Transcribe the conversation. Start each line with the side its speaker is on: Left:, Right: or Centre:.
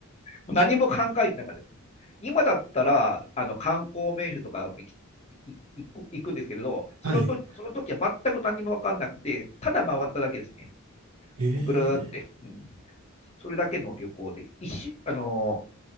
Left: 何も考えてなかったです。今だったら、あの、観光名所とかも行きい行く行くんですけれど、そのと、
Right: はい。
Left: その時は全く何も分かんなくて、ただ回っただけですね。
Right: ええ
Left: ぐるーって。うん。それだけの旅行で、一周、あの、